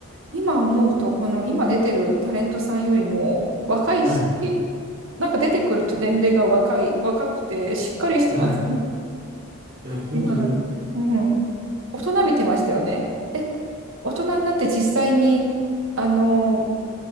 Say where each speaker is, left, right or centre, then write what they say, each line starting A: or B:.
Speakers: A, on the right (about 65°); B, on the right (about 45°).
A: 今思うと、この今出てるタレントさんよりも若いし、
B: はい、
A: なんか出てくると年齢が若い、若くて、しっかりしてますね。
B: はい。いや、本当に、
A: 今の、
B: い
A: うん。大人びてましたよね。え、大人になって実際に、あの、